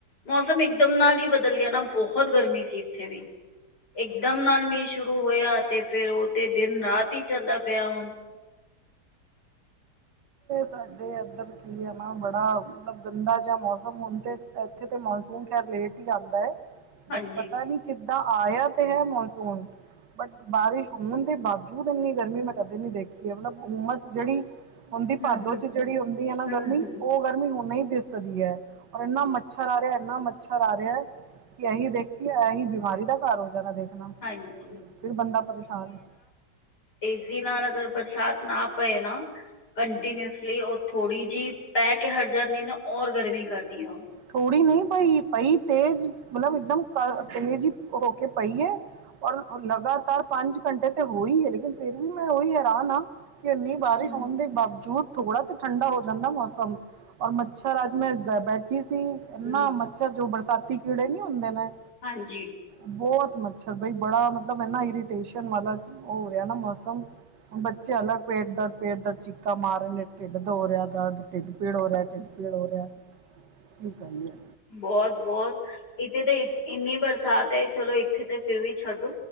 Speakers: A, on the left (about 70°); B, on the right (about 85°).
A: ਮੌਸਮ ਇਕਦਮ ਨਾਲ ਹੀ ਬਦਲ ਗਿਆ ਨਾ ਬਹੋਤ ਗਰਮੀ ਸੀ ਇੱਥੇ ਵੀ ਇਕਦਮ ਨਾਲ ਮੀਂਹ ਸ਼ੁਰੂ ਹੋਇਆ ਤੇ ਫੇਰ ਉਹ ਤੇ ਦਿਨ ਰਾਤ ਹੀ ਚੱਲਦਾ ਪਿਆ ਹੁਨ
B: ਸਾਡੇ ਇੱਧਰ ਕੀ ਹੈ ਨਾ ਬੜਾ ਮਤਲਬ ਗੰਦਾ ਜਿਹਾ ਮੌਸਮ ਹਨ ਤੇ ਇੱਥੇ ਤੇ ਮੌਨਸੂਨ ਖੈਰ ਲੇਟ ਹੀ ਆਂਦਾ ਏ ਬਟ
A: ਹਾਂਜੀ
B: ਪਤਾ ਨੀ ਕਿੱਦਾ ਆਇਆ ਤੇ ਹੈ ਮੌਨਸੂਨ ਬਟ ਬਾਰਿਸ਼ ਹੋਨ ਦੇ ਬਾਵਜੂਦ ਇੰਨੀ ਗਰਮੀ ਮੈਂ ਕਦੇ ਨੀ ਦੇਖੀ ਏ ਮਤਲਬ ਉਮਸ ਜਿਹੜੀ ਹੁੰਦੀ
A: ਹੂੰ
B: ਭਾਦੋ
A: ਹੂੰ
B: ਚ
A: ਹੂੰ
B: ਜਿਹੜੀ ਹੁੰਦੀ ਆ ਨਾ ਗਰਮੀ
A: ਹੂੰ ਹੂੰ
B: ਓਹ ਗਰਮੀ ਹੁਨ ਹੀ ਦਿਸਰੀ ਐ ਔਰ ਇੰਨਾ ਮੱਛਰ ਆ ਰਿਹਾ ਇੰਨਾ ਮੱਛਰ ਆ ਰਿਹਾ ਕਿ ਐਹੀ ਦੇਖੀਏ ਐਹੀ ਬਿਮਾਰੀ ਦਾ ਘਰ ਹੋ ਜਾਨਾ ਦੇਖਨਾ
A: ਹਾਂਜੀ
B: ਫਿਰ ਬੰਦਾ ਪਰੇਸ਼ਾਨ
A: ਏਸੀ ਨਾਲ ਅਗਰ ਬਰਸਾਤ ਨਾ ਪਏ ਨਾ ਕੰਟੀਨਿਊਸਲੀ ਓਹ ਥੋੜੀ ਜਿ ਪੈ ਕੇ ਹਟ ਜਾਂਦੀ ਨਾ ਔਰ ਗਰਮੀ ਕਰਦੀ ਓਹ
B: ਥੋੜ੍ਹੀ ਨਹੀਂ ਪਈ ਪਈ ਤੇਜ਼ ਮਤਲਬ ਇਕਦਮ ਤੇਜ਼ ਹੀ ਹੋ ਕੇ ਪਈ ਏ ਔਰ ਲਗਾਤਾਰ ਪੰਜ ਘੰਟੇ ਤੇ ਹੋਹੀ ਹੈ ਲੇਕਿਨ ਫੇਰ ਵੀ ਮੈਂ ਉਹੀ ਹੈਰਾਨ ਹਾਂ ਕਿ ਐਨੀ ਬਾਰਿਸ਼
A: ਹੂੰ
B: ਹੋਨ ਦੇ ਬਾਵਜੂਦ ਥੋੜਾ ਤੇ ਠੰਡਾ ਹੋ ਜਾਂਦਾ ਮੌਸਮ ਔਰ ਮੱਛਰ ਅੱਜ ਮੈਂ ਬੈਠੀ ਸੀ ਐਨਾ
A: ਹੂੰ,
B: ਮ ਅੱਛਾ ਜੋ ਬਰਸਾਤੀ ਕੀੜੇ ਨੀ ਹੁੰਦੇ ਨੇ
A: ਹਾਂਜੀ।
B: ਬਹੋਤ ਮੱਛਰ ਬਈ ਬੜਾ ਮਤਲਬ ਇਨਾਂ ਇਰੀਟੇਸ਼ਨ ਵਾਲਾ ਓਹ ਹੋ ਰਿਹਾ ਨਾ ਮੌਸਮ। ਬੱਚੇ ਅਲੱਗ ਪੇਟ ਦਰਦ ਪੇਟ ਦਰਦ ਚੀਕਾ ਮਾਰ ਨੇ ਢਿੱਡ ਦੋ ਰਿਹਾ ਦਰਦ ਢਿੱਡ ਪੀੜ ਹੋ ਰਿਹਾ ਢਿੱਡ। ਪੀੜ ਹੋ ਰਿਹਾ ਐ। ਕੀ ਕਹਿੰ ਆ।
A: ਬਹੋਤ ਬਹੋਤ ਇੱਥੇ ਤੇ ਇੰਨੀ ਬਰਸਾਤ ਏ ਚਲੋ ਇੱਥੇ ਤੇ ਫਿਰ ਵੀ ਛੱਡੋ।